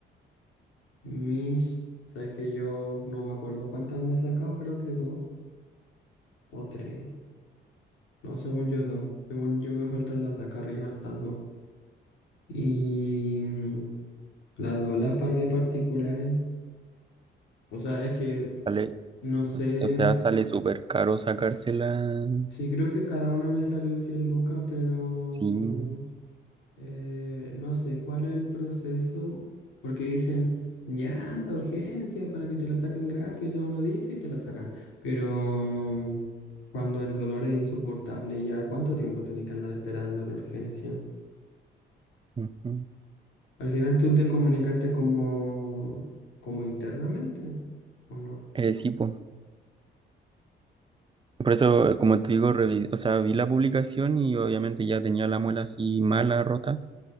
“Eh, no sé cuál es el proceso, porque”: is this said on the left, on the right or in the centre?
Left